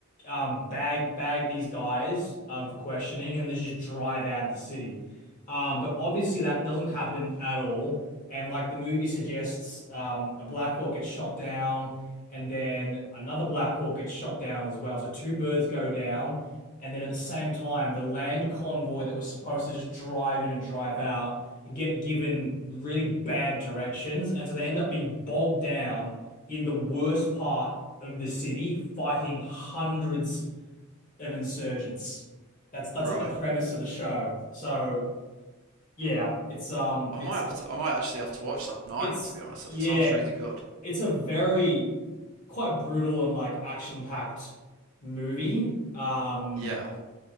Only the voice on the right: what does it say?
Right.
I- I
might have to. I might actually have to watch that tonight.
To be honest,
that sounds really good.
Yeah.